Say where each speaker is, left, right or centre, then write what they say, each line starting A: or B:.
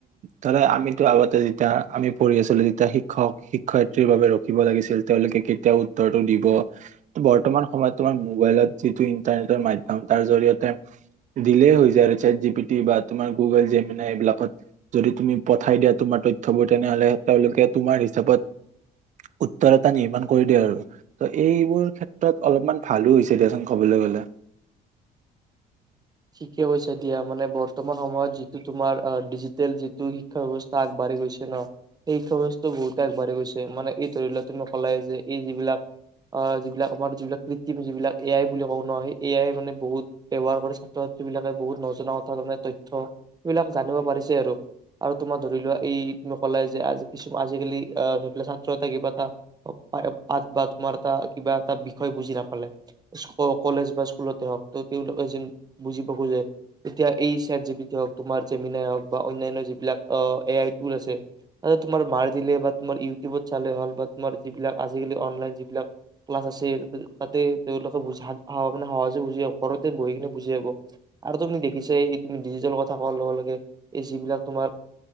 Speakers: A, on the right; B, on the right.
A: ধৰা আমিতো আগতে যেতিয়া আমি পঢ়ি আছিলো তেতিয়া শিক্ষক শিক্ষয়িত্ৰীৰ বাবে ৰখিব লাগিছিল তেওঁলোকে কেতিয়া উত্তৰটো দিব বৰ্তমান সময়ত তোমাৰ মোবাইলত যিটো ইন্টাৰনেটৰ মাধ্যম তাৰ জৰিয়তে দিলেই হৈ যায় আৰু চেট জি পি টি বা তোমাৰ গুগল জেমিনাই এইবিলাকত যদি তুমি পঠাই দিয়া তোমাৰ তথ্যবোৰ তেনেহলে তেওঁলোকে তোমাৰ হিচাপত উত্তৰ এটা নিৰ্মাণ কৰি দিয়ে আৰু ত এইবোৰ ক্ষেত্ৰ ত অলপমান ভালো হৈছে দিয়াচোন ক'বলে গ'লে
B: ঠিকে কৈছা দিয়া মানে বৰ্তমান সময়ত যিটো তোমাৰ আহ ডিজিটেল যিটো শিক্ষা ব্যবস্থা আগবাঢ়ি গৈছে ন সেই শিক্ষা ব্যৱস্থাও বহুতে আগবাঢ়ি গৈছে মানে এই ধৰি লোৱা তুমি কলাই যে এই যিবিলাক আহ যিবিলাক আমাৰ যিবিলাক কৃত্ৰিম যিবিলাক এ আই বুলি কওঁ ন সেই এ আই মানে বহুত ব্যৱহাৰ কৰি ক্ষেত্ৰত এইবিলাকে বহুত কাৰণে তথ্য সিবিলাক জানিব পাৰিছে আৰু, আৰু তোমাৰ ধৰি লোৱা এই তুমি কলাই যে আজি কিছুমান আজিকালি আহ সেই ছাত্ৰ এটাই কিবা এটা পাঠ বা তোমাৰ এটা কিবা এটা বিষয় বুজি নাপালে কলেজ বা স্কুলতে হওঁক ত তেওঁলোকে য বুজি পাব যে এতিয়া এই ছেত জি পি টি হওঁক তোমাৰ জেমিনাই হওঁক বা অন্যান্য যিবিলাক আহ এ আই টুল আছে তোমাৰ মাৰ দিলে বা তোমাৰ ইউটিউবত চালে হ'ল বা তোমাৰ যিবিলাক আজিকালি অনলাইন যিবিলাক ক্লাছ আছে তাতে তেওঁলোকে বুজি মানে সহজে বুজি ঘৰতে বহি কিনে বুজি পাব আৰু তুমি দেখিছাই এই তুমি ডিজিটেল কথা কোৱাৰ লগে লগে এই যিবিলাক তোমাৰ